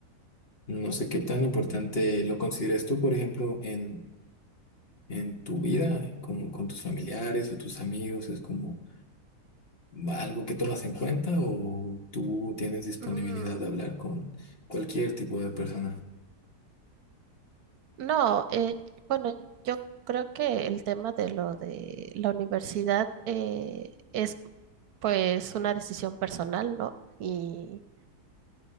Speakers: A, on the left; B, on the right.
A: No sé qué tan importante lo consideras tú, por ejemplo, en, en tu vida, como con tus familiares o tus amigos, es como algo que tomas en cuenta o tú tienes disponibilidad
B: Mm,
A: de hablar con cualquier tipo de persona.
B: No, eh, bueno, yo creo que el tema de lo de la universidad eh, es pues una decisión personal, ¿no? Y